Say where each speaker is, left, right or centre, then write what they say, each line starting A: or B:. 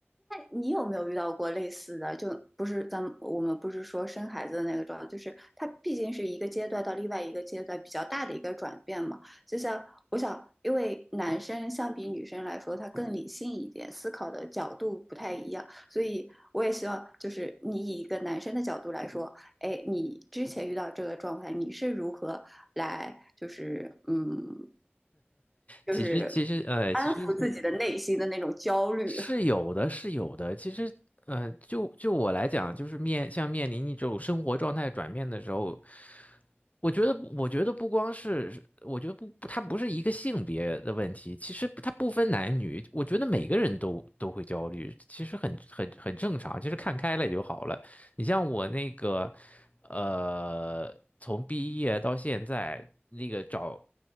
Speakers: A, in the centre; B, on the left (about 35°).
A: 你有没有遇到过类似的？就不是咱们我们不是说生孩子的那个状态，就是它毕竟是一个阶段到另外一个阶段比较大的一个转变嘛。就像我想，因为男生相比女生来说，他更理性一点，思考的角度不太一样，所以我也希望就是你以一个男生的角度来说，哎，你之前遇到这个状态，你是如何来就是嗯，就是
B: 其实其实呃其实是。
A: 安抚自己的内心的那种焦虑？
B: 是有的，
A: <laughs>
B: 是有的。其实，呃，就就我来讲，就是面像面临一种生活状态转变的时候，我觉得，我觉得不光是，我觉得不，不它不是一个性别的问题，其实它不分男女，我觉得每个人都都会焦虑，其实很很很正常，其实看开了就好了。你像我那个，呃，从毕业到现在，那个找